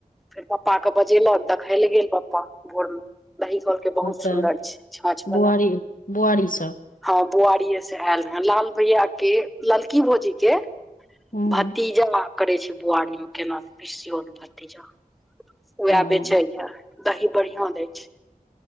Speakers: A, in the centre; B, on the left.
A: फेर पपा कऽ बजेलक देखै लऽ गेल पपा भोर मऽ दही कहलकै बहुत
B: तऽ
A: सुन्दर छै छाँछ
B: बुआरी
A: वला।
B: बुआरी सब
A: हँ बुआरीेए सँ ऐल रहैय लाल भैया केँ ललकी भौजी केँ
B: हूँ
A: भतीजा करय छै बुआरी मऽ केना नै पिसियौत भतीजा वैह
B: हँ
A: बेचै य दही बढ़िया दै छै।